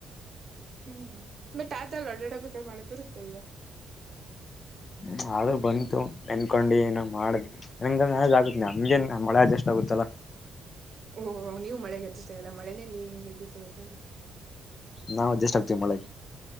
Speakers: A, on the right; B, on the left.
A: ಹ್ಮ್ ಮತ್ತ ಆತಲ್ಲಿ ಅಡಡ ಬೇಕಕಾರ ಮಾಡಕ್ ಬರುತ್ತಲ್ವಾ
B: ಹ್ಮ ಆದೂ ಬಂತು ನೆನ್ಕೊಂಡು ಏನ ಮಾಡಿದ್ವಿ ನ ಮಳಜ್ ಆಗುತ್ತೆ ನಮ್ಜೇನ್ ಮಳೆ ಅಡ್ಜಸ್ಟ್ ಆಗುತ್ತಲ್ಲಾ
A: ಓಹ ನೀವು ಮಳೆಗೆ ಅಡ್ಜಸ್ ಆಗಲ್ಲ ಮಳೆೇ ನೀವಗೆ ಅಡ್ಜಸ್ ಆಗುತ್ತಾ
B: ನಾವವು ಅಡ್ಜೆಸ್ಟ್ ಆಗ್ತತಿವಿ ಮಳೆಗೆ